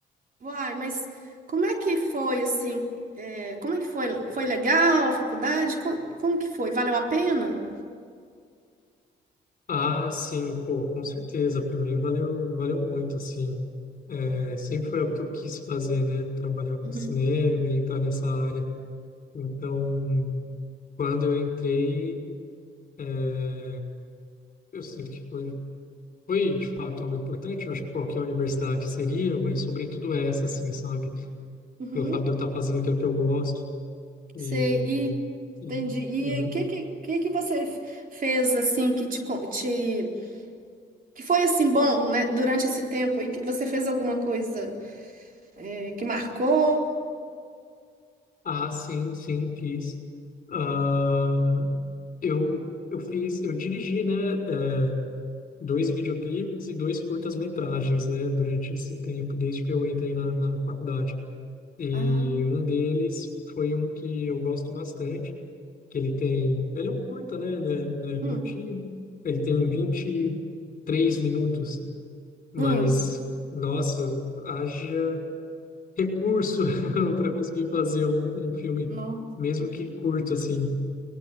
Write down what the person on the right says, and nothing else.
Uai, mas como é que foi assim? é, como é que foi? Foi legal a faculdade? Co- Como, que foi? Valeu a pena?
Uhum.
Uhum.
Sei, e
entendi. E
o que, que, que que você f- fez assim que te, con- te- que foi assim bom, né, durante esse tempo e que você fez alguma coisa eh, que marcou?
Ah,
hum,
hum,
não.